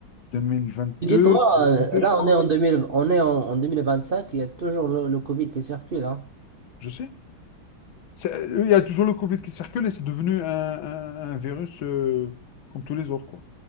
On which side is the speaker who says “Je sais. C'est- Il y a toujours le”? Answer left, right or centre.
Left